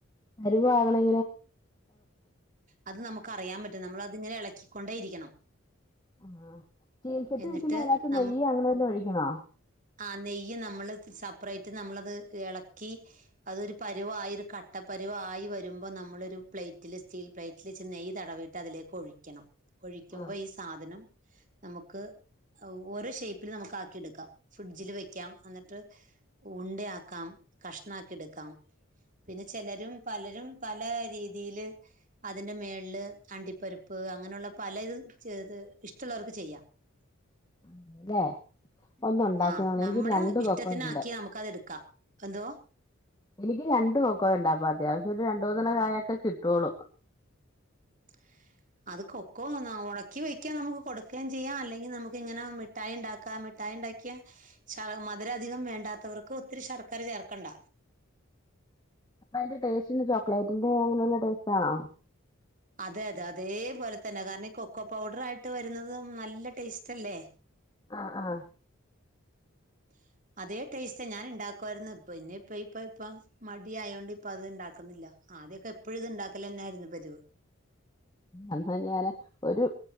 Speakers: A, on the left; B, on the right.
A: പരുവാകണേ എങ്ങനേ
B: അത് നമുക്ക് അറിയാൻ പറ്റും നമ്മളത് ഇങ്ങനെ എളക്കിക്കൊണ്ടേ ഇരിക്കണം
A: ആ ചീൻച്ചട്ടീ
B: എന്നിട്ട്
A: ഇട്ട് ആനാത്ത്
B: നം
A: നെയ്യ് അങ്ങനെ വെല്ലോം ഒഴിക്കണോ
B: ആ നെയ്യ് നമ്മള് സ പ്രേറ്റ് നമ്മളത് എളക്കി അതൊരു പരുവായിരു കട്ടപരുവായി വരുമ്പം നമ്മളൊരു പ്ലേറ്റില് സ്റ്റീൽ പ്ലേറ്റിൽച്ച് നെയ് തടവീട്ട് അതിലേക്ക് ഒഴിക്കണം ഒഴിക്കുമ്പ
A: ആഹ്
B: ഈ സാധനം നമുക്ക് ഓരോ ഷേപ്പില് നമുക്ക് ആക്കിയെടുക്കാം ഫ്രിഡ്ജില് വെയ്ക്കാം അന്നിട്ട് ഉണ്ടയാക്കാം കഷ്ണാക്കിടുക്കാം പിന്നെ ചെലരും പലരും പലാ രീതിയില് അതിന്റെ മേൾല് അണ്ടിപ്പരിപ്പ് അങ്ങനൊള്ള പല ഇതും ചേത് ഇഷ്ടള്ളവർക്ക് ചെയ്യാം <inaudible>
A: <unintelligible> ഒന്ന് ഒണ്ടാക്കി
B: ആ
A: നോക്ണം
B: നമ്മുടെ
A: എനിക്ക് രണ്ടു
B: ഇഷ്ടത്തിനാക്കി
A: കൊക്കോ ഒണ്ട്
B: നമുക്കത് എടുക്കാം എന്തോ
A: എനിക്ക് രണ്ടു കൊക്കോയൊണ്ടപ്പ അത്യാവശ്യം ഒരു രണ്ട് മൂന്നെണ്ണം കായക്കെ കിട്ടുവോളൂ
B: <inaudible> അത് കൊക്കോ ന ഒണക്കി വെയ്ക്കാം നമുക്ക് കൊടുക്കേം ചെയ്യാം അല്ലെങ്കി നമുക്ക് ഇങ്ങനെ ആ മിഠായി ഉണ്ടാക്കാം മിഠായി ണ്ടാക്കിയ ശർ മധുരധികം വേണ്ടാത്തവർക്ക് ഒത്തിരി ശർക്കര ചേർക്കണ്ട
A: അപ്പ അയിന്റെ ടേസ്റ്റ്ന്ന് ചോക്ലേറ്റിന്റെ അങ്ങനെയുള്ള ടേസ്റ്റ് ആണോ
B: അതേ അതേ അതേപോലെ തന്നെ കാരണം ഈ കൊക്കോ പൗഡർ ആയിട്ട് വരുന്നതും നല്ല ടേസ്റ്റ് അല്ലേ
A: ആ ആഹ്
B: <inaudible> അതേ ടേസ്റ്റാ ഞാൻ ഉണ്ടാക്കു ആരുന്നു ഇപ്പൊ ഇന്നിപ്പ ഇപ്പ ഇപ്പം മടിയായോണ്ട് ഇപ്പ അത് ഇണ്ടാക്കുന്നില്ല ആദ്യൊക്കെ എപ്പോഴും ഇത് ഇണ്ടാക്കലന്നെയാരുന്നു പതിവ്
A: എന്നാ ഞാന് ഒരു